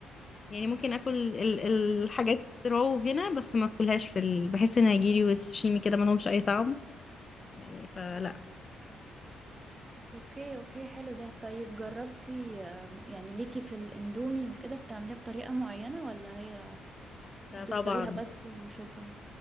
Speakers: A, on the left; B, on the right.
A: يعني ممكن اكل ال- ال- الحاجات رو هنا بس ما اكلهاش في ال... بحس ان هيجيلي وشيمي كده ما لهمش اي طعم يعني فلا
B: اوكي اوكي حلو ده طيب جربتي آم، يعني ليكي في الاندومي وكده بتعمليه بطريقة معينة ولا هي
A: ده
B: بتسلقيها
A: طبعا
B: بس وشكرا؟